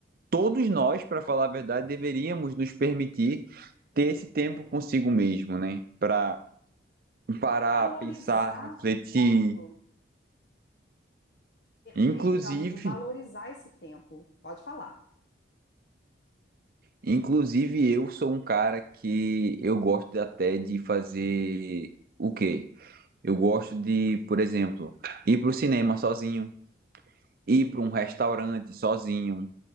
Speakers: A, on the right; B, on the left.
A: todos nós, para falar a verdade, deveríamos nos permitir ter esse tempo consigo mesmo, né? Para parar,
B: Valorizar
A: pensar, refletir.
B: isso. Perfeito,
A: Inclusive,
B: meu amigo, valorizar esse tempo. Pode falar.
A: inclusive eu sou um cara que eu gosto até de fazer o quê? Eu gosto de, por exemplo, ir para o cinema sozinho, ir para um restaurante sozinho,